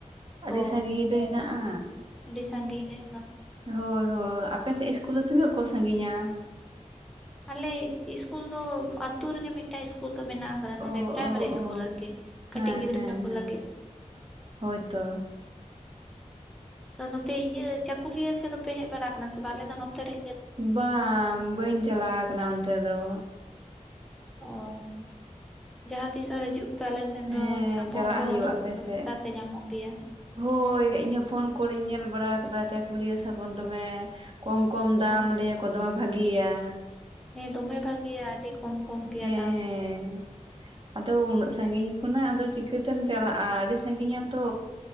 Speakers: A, on the right (about 45°); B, in the centre.
A: ᱟᱹᱰᱤ
B: ᱚ
A: ᱥᱟᱺᱜᱤᱧ ᱨᱮ ᱦᱮᱱᱟᱜ-ᱟ᱾
B: ᱟᱹᱰᱤ ᱥᱟᱺᱜᱤᱧ ᱨᱮ ᱵᱟᱝ
A: ᱦᱳᱭ ᱦᱳᱭ ᱟᱯᱮ ᱥᱮᱫ ᱤᱥᱠᱩᱞ ᱨᱮ ᱛᱤᱱᱟᱹᱜ ᱠᱚ ᱥᱟᱺᱜᱤᱧᱟ?
B: ᱟᱞᱮ ᱤᱥᱠᱩᱞ ᱫᱚ ᱟᱹᱛᱩ ᱨᱮᱜᱮ ᱢᱤᱫᱴᱟᱝ ᱤᱥᱠᱩᱞ ᱫᱚ ᱢᱮᱱᱟᱜ ᱱᱚᱰᱮ
A: ᱚ
B: ᱯᱨᱟᱭᱢᱟᱨᱤ
A: ᱚ
B: ᱥᱠᱩᱞ
A: ᱚ
B: ᱟᱨᱠᱤ ᱠᱟᱹᱴᱤᱡ
A: ᱦᱮᱸ
B: ᱜᱤᱫᱽᱨᱟᱹ
A: ᱦᱮᱸ
B: ᱠᱚ
A: ᱦᱮᱸ
B: ᱞᱟᱹᱜᱤᱫ᱾
A: ᱦᱳᱭᱛᱚ᱾
B: ᱟᱫᱚ ᱱᱚᱛᱮ ᱤᱭᱟᱹ ᱪᱟᱹᱠᱩᱞᱤᱭᱟᱹ ᱥᱮᱫ ᱫᱚᱯᱮ ᱦᱮᱡ ᱵᱟᱲᱟ ᱟᱠᱟᱱᱟ ᱥᱮ ᱵᱟᱝ ᱟᱞᱮ ᱫᱚ ᱱᱚᱛᱮ ᱨᱮ
A: ᱵᱟᱝ ᱵᱟᱹᱧ ᱪᱟᱞᱟᱣ ᱠᱟᱱᱟ ᱚᱱᱛᱮ ᱫᱚ᱾
B: ᱚ᱾ ᱡᱟᱦᱟᱸ ᱛᱤᱥᱚᱜ ᱦᱤᱡᱩᱜ ᱯᱮ ᱟᱞᱮᱥᱮᱱ
A: ᱦᱮᱸ
B: ᱫᱚ ᱥᱟᱵᱚᱱ
A: ᱪᱟᱞᱟᱜ
B: ᱠᱚᱦᱚᱸ
A: ᱦᱩᱭᱩᱜᱼᱟ
B: ᱫᱚ
A: ᱟᱯᱮᱥᱮᱫ
B: ᱥᱚᱥᱛᱟ ᱛᱮ ᱧᱟᱢᱚᱜ ᱜᱮᱭᱟ᱾
A: ᱦᱳᱭ ᱤᱧ ᱦᱚᱸ ᱯᱷᱳᱱ ᱠᱚᱨᱮᱧ ᱧᱮᱞ ᱵᱟᱲᱟ ᱠᱟᱫᱟ ᱪᱟᱠᱩᱞᱤᱭᱟᱹ ᱥᱟᱵᱚᱱ ᱫᱚᱢᱮ ᱠᱚᱢ ᱠᱚᱢ
B: ᱦᱳᱭ
A: ᱫᱟᱢ ᱞᱟᱹᱭᱟᱠᱚ ᱫᱚᱢᱮ ᱵᱷᱟᱜᱤᱭᱟ᱾
B: ᱦᱮᱸ ᱫᱚᱢᱮ ᱵᱷᱟᱜᱮᱭᱟ ᱟᱹᱰᱤ ᱠᱚᱢ ᱠᱚᱢ ᱜᱮᱭᱟ
A: ᱦᱮᱸ
B: ᱫᱟᱢ᱾
A: ᱦᱮᱸ᱾ ᱟᱫᱚ ᱩᱱᱟᱹᱜ ᱥᱟᱺᱜᱤᱧ ᱠᱷᱚᱱᱟᱜ ᱟᱫᱚ ᱪᱤᱠᱟᱹᱛᱮᱢ ᱪᱟᱞᱟᱜ-ᱟ ᱟᱹᱰᱤ ᱥᱟᱜᱤᱧᱟ ᱛᱚ᱾